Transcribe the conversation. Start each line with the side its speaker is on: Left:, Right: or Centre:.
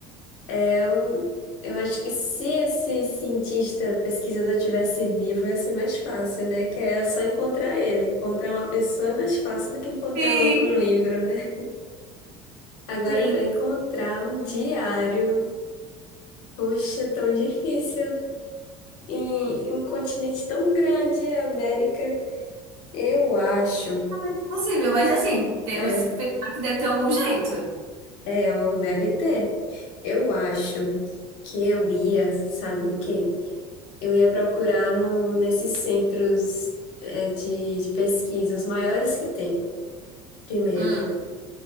Left: é, eu, eu acho que se esse cientista, pesquisador tivesse vivo, ia ser mais fácil, né? Que era só encontrar ele. Encontrar uma pessoa é mais fácil do que encontrar
Right: Sim,
Left: um, um livro, né? Agora,
Right: sim,
Left: para encontrar um diário. Poxa, é tão difícil. E um continente tão grande, a América. Eu acho.
Right: talvez possível, mas assim, temos
Left: É,
Right: que pensar que deve ter algum jeito.
Left: é, ó, deve ter. Eu acho que eu ia, sabe o quê? Eu ia procurar no, nesses centros é, de, de pesquisa, os maiores que tem, primeiro.
Right: Hum,